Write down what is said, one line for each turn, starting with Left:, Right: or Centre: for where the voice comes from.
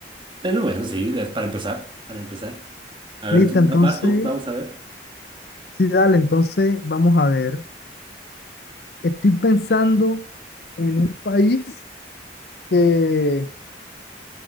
Right: Eh, no, bueno, sí, es para empezar, para empezar. A ver,
Left: Listo,
Right: tú,
Left: entonces.
Right: ¿vas tú? Vamos a ver.
Left: Sí, dale, entonces vamos a ver. Estoy pensando en un país que